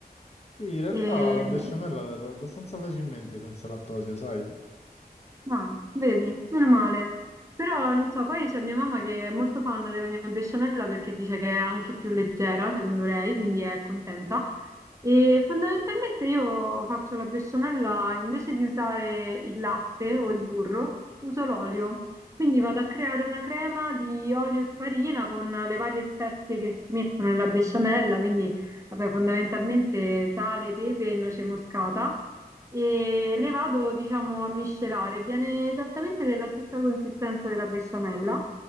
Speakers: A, on the left; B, on the right.
A: Sì, in realtà
B: E,
A: la
B: Mm.
A: besciamella la trovo abbastanza facilmente senza lattosio, sai?
B: Ah, vedi, meno male. Però non so, poi c'è mia mamma che è molto fan della mia besciamella perché dice che è anche più leggera, secondo lei, quindi è contenta. E fondamentalmente io faccio la besciamella invece di usare il latte o il burro, uso l'olio. Quindi vado a creare una crema di olio e farina con le varie spezie che si mettono nella besciamella, quindi vabbè, fondamentalmente sale, pepe e noce moscata e le vado, diciamo, a miscelare. Viene esattamente della stessa consistenza della besciamella.